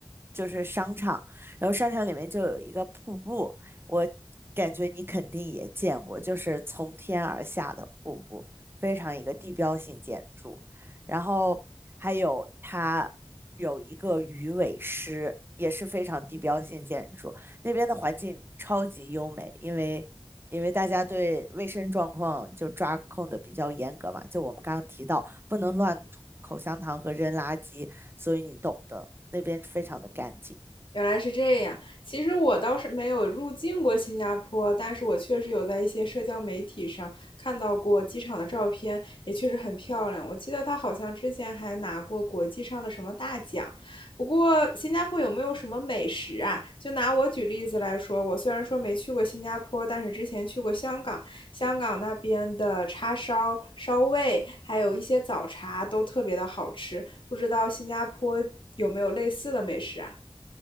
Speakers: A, on the right (about 25°); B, on the left (about 60°).
A: 就是商场，然后商场里面就有一个瀑布，我感觉你肯定也见过，就是从天而下的瀑布，非常一个地标性建筑，然后还有它有一个鱼尾狮，也是非常地标性建筑，那边的环境超级优美，因为。因为大家对卫生状况就抓控的比较严格嘛，就我们刚刚提到，不能乱吐口香糖和扔垃圾，所以你懂的，那边非常的干净。
B: 原来是这样。其实我倒是没有入境过新加坡，但是我确实有在一些社交媒体上看到过机场的照片，也确实很漂亮。我记得它好像之前还拿过国际上的什么大奖。不过，新加坡有没有什么美食啊？就拿我举例子来说，我虽然说没去过新加坡，但是之前去过香港，香港那边的叉烧、烧味，还有一些早茶都特别的好吃。不知道新加坡有没有类似的美食啊？